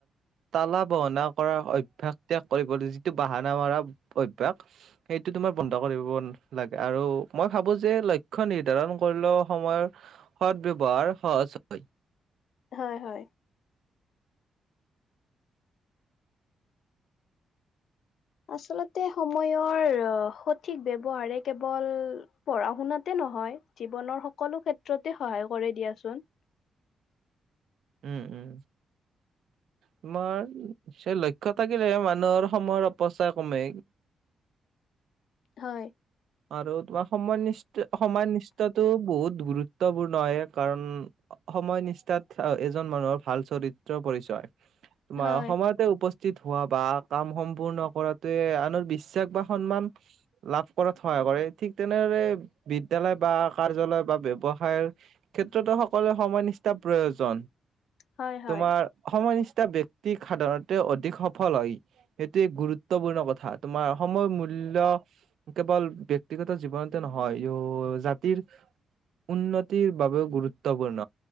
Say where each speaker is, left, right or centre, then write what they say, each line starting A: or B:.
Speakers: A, on the right; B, on the left.
A: তালা বহনা কৰা অভ্যাস ত্যাগ কৰিব যিটো বাহানা মাৰা অভ্যাস সেইটো তোমাৰ বন্ধ কৰিব লাগে আৰু মই ভাবো যে লক্ষণ <unintelligible> কৰিলেও সময়ৰ সদ ব্যৱহাৰ সহজ হয়।
B: হয়, হয়। আচলতে সময়ৰ সঠিক ব্যৱহাৰে কেৱল পঢ়া- শুনাতে নহয়, জীৱনৰ সকলো ক্ষেত্ৰতে সহায় কৰে দিয়াচোন।
A: উম, উম, তোমাৰ সেই লক্ষ্য থাকিলে মানুহৰ সময়ৰ অপচয় কমে।
B: হয়
A: আৰু তোমাৰ সময় অনিষ্ঠ, সময় অনিষ্ঠটো বহুত গুৰুত্বপূৰ্ণ হয়। কাৰণ, সময় নিষ্ঠাত এজন মানুহৰ ভাল চৰিত্ৰ পৰিচয়। তোমাৰ
B: হয়।
A: অসমতে উপস্থিত হোৱা বা কাম সম্পূৰ্ণ কৰাটোৱে আনৰ বিশ্বাস বিশ্বাস বা সন্মান লাভ কৰাত সহায় কৰে। ঠিক তেনেদৰে, বিদ্যয়ালয় বা কাৰ্যালয় বা ব্যৱসায়ৰ ক্ষেত্ৰতো সকলোৱে সময় নিষ্ঠা প্ৰয়োজন।
B: হয় হয়
A: তোমাৰ সময় নিষ্ঠা ব্যক্তি সাধাৰণতে অধিক সফল হয়। সেইটোৱ এক গুৰুত্বপূৰ্ণ কথা। তোমাৰ সময় মূল্য কেৱল, ব্যক্তিগত জীৱনতে নহয়। ইয়ো জাতিৰ উন্নতিৰ বাবেও গুৰুত্বপূৰ্ণ।